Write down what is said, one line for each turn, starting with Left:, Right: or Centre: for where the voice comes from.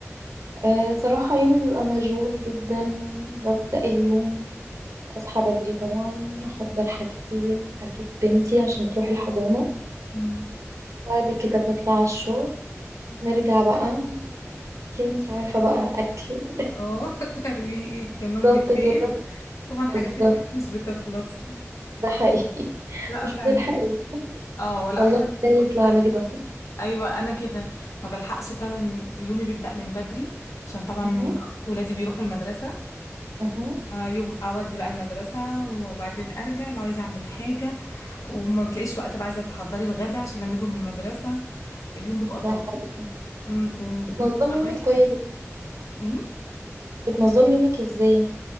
Right: أه صراحه يومي بيبقى مشغول جدا ببدا اليوم اصحى بدري طبعا احضر حاجتي حاجه بنتي عشان تروح الحضانه
Left: مم.
Right: بعد كده بطلع على الشغل نرجع بقى كده انت عارفه بقى اكل <laughs>
Left: اه <laughs> ترويق اهتمام
Right: بالظبط
Left: بالبيت
Right: كده
Left: طبعا حاجات
Right: بالظبط
Left: البيت مش بتخلص
Right: ده حقيقي <laughs>
Left: لا
Right: مش
Left: فعلا
Right: بتلحقي
Left: اه لا
Right: خلصت
Left: فعلا مش
Right: ده
Left: بتلحق
Right: يطلع لك ده
Left: ايوه انا كده ما بلحقش فعلا يومي بيبدأ من بدري عشان طبعا
Right: أها،
Left: ولادي بيروحوا المدرسه
Right: أها.
Left: آه، يوم اودي بقى المدرسه وبعدين ارجع لو عايزه اعمل حاجه وما بتلاقيش وقت بقى عايزه تحضري الغدا عشان لما يجوا من المدرسه اليوم بيبقى طويل
Right: ده حقيقي
Left: أمم، وبتبقى
Right: نظم يومك
Left: معاكي
Right: طيب
Left: حاجات كتير. أمم.
Right: بتنظمي يومك ازاي